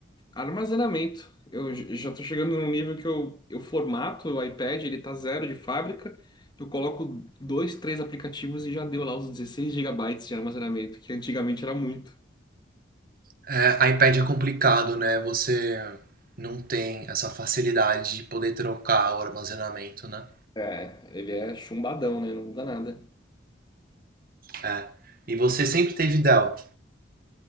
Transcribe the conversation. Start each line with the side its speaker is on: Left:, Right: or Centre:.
Left: armazenamento. Eu j- já estou chegando num nível que eu, eu formato o iPad, ele tá zero de fábrica, eu coloco dois, três aplicativos e já deu lá os 16 gigabytes de armazenamento, que antigamente era muito.
Right: É, iPad é complicado, né? Você não tem essa facilidade de poder trocar o armazenamento, né?
Left: É, ele é chumbadão, né? Não muda nada.
Right: É. E você sempre teve Dell.